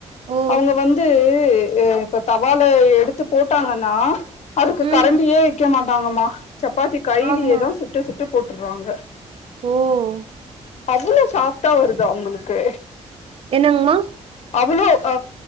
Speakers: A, on the right (about 50°); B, on the left (about 65°).
A: ஓ!
B: அவுங்க வந்து ஹ் இப்ப தவால எடுத்து போட்டாங்கனா அதுக்கு
A: ம்.
B: கரண்டியே வைக்க மாட்டாங்கம்மா சப்பாத்தி கையிலயேதான்
A: ஆமா.
B: சுட்டு சுட்டு போட்ருவாங்க
A: ஓ
B: அவ்ளோ சாஃப்டா வருது அவுங்களுக்கு
A: என்னங்கம்மா
B: அவ்வளோ ஹ